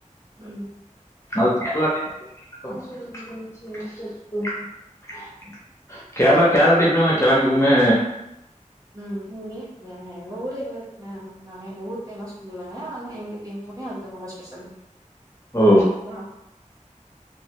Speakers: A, on the right; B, on the left.
A: உம்
B: அது கேரளா <unintelligible> கேரளா கேரளா டைப்லா அந்த கெழங்குமே
A: உம் இங்கே எங்க ஊரே எங்க ஆ நங்க எங்க ஊர் பேர் எல்லா சொல்லல ஆனா எங் எங்க ஊர்லயு அது ரொம்ப ஸ்பெஷல் தா
B: ஓ
A: கேக்குதா